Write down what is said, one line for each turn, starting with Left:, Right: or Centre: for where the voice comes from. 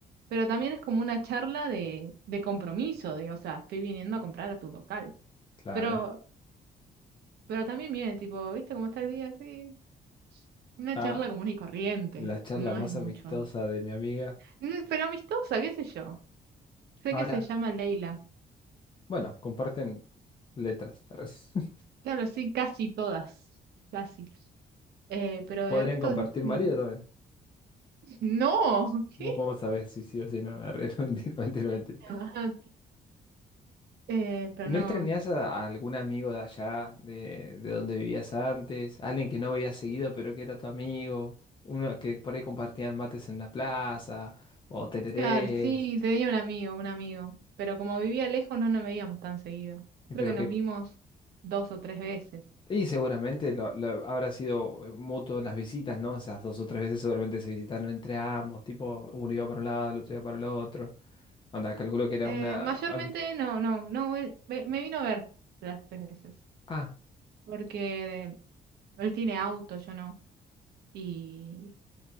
Right: Pero también es como una charla de, de compromiso, de, o sea, estoy viniendo a comprar a tu local.
Left: claro.
Right: Pero Pero también viene, tipo, ¿viste cómo está el día? así una
Left: Ah,
Right: charla común y corriente.
Left: la charla
Right: No
Left: más
Right: es mucho.
Left: amistosa de mi amiga.
Right: Mm, Pero amistosa, qué sé yo. Sé
Left: Ahora,
Right: que se llama Leila.
Left: bueno, comparten letras. arre. <laughs>
Right: Claro, sí, casi todas. Casi. Eh, pero
Left: Podrían
Right: de resto,
Left: compartir
Right: mm,
Left: marido también.
Right: no. <laughs>
Left: ¿Vos
Right: ¿Qué?
Left: cómo sabés si sí o si no? Arre, <laughs> no, mentira, mentira, mentira.
Right: Ah, Eh, pero
Left: ¿Y
Right: no.
Left: no extrañás a, a algún amigo de allá, de, de donde vivías antes? Alguien que no veías seguido, pero que era tu amigo. Uno que por ahí compartían mates en la plaza, o tererés,
Right: Claro, sí, tenía un amigo, un amigo. Pero como vivía lejos, no nos veíamos tan seguido. Creo
Left: pero
Right: que nos
Left: que...
Right: vimos dos o tres veces.
Left: Y seguramente lo, lo- habrá sido eh, mutuo las visitas, ¿no? O sea, dos o tres veces seguramente se visitaron entre ambos, tipo, uno iba para un lado, el otro iba para el otro. Anda, calculo que era
Right: Eh,
Left: una...
Right: mayormente,
Left: ami-
Right: no, no, no. él- me me vino a ver las tres veces.
Left: Ah,
Right: porque él tiene auto, yo no. Y